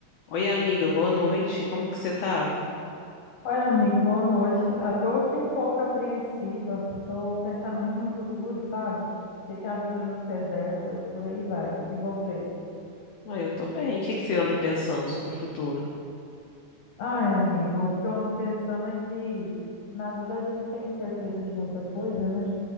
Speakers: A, on the left; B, on the left.
A: Oi, amiga, boa noite. Como que você tá?
B: Oi, amigo, boa noite. Ah, tô aqui um pouco apreensiva. Tô pensando muito no futuro, sabe? O que que a vida nos reserva e por aí vai. E você?
A: Ah, eu tô bem. O que que você anda pensando sobre o futuro?
B: Ai, amigo, o que eu ando pensando é que na vida a gente não tem certeza de muita coisa, né?